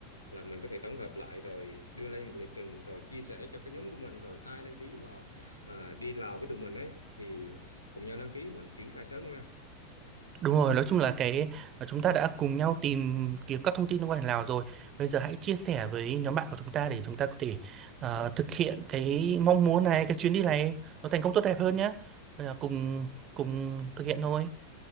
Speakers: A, on the left (about 80°); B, on the right (about 30°).
A: là mình có thể tổng hợp lại rồi đưa lên một lịch trình rồi chia sẻ cho cái nhóm của mình rồi ai đăng ký mà à, đi Lào với tụi mình ấy thì cùng nhau đăng ký mình triển khai sớm thôi
B: Đúng rồi, nói chung là cái ờ, chúng ta đã cùng nhau tìm kiếm các thông tin liên quan đến Lào rồi. Bây giờ hãy chia sẻ với nhóm bạn của chúng ta để chúng ta có thể ờ, thực hiện cái mong muốn này, cái chuyến đi này nó thành công tốt đẹp hơn nhé. Bây giờ cùng cùng thực hiện thôi.